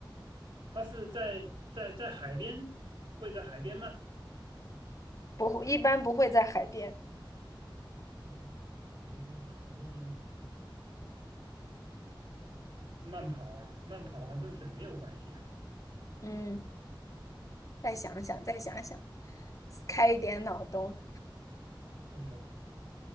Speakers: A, on the right; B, on the left.
A: 它是在在在海边，会在海边吗？
B: 不会，一般不会在海边，
A: 那是湖边、河边慢跑啊，慢跑好像跟水没有关系啊。
B: 嗯，再想想，再想想，开一点脑洞。
A: 哎呦，